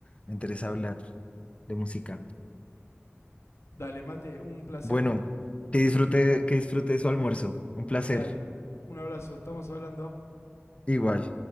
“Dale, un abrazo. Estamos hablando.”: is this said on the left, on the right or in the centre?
Left